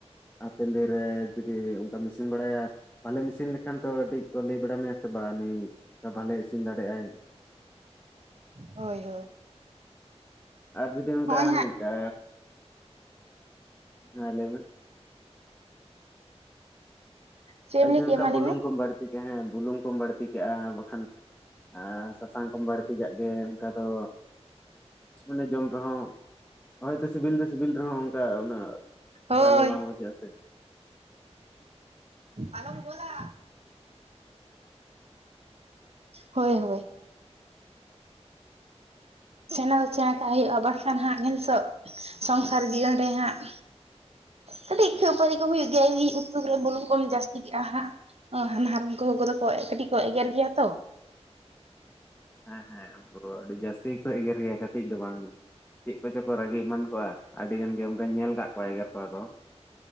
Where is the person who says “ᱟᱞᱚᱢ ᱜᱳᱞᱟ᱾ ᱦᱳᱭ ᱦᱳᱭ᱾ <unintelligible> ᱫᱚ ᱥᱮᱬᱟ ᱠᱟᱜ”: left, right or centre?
Right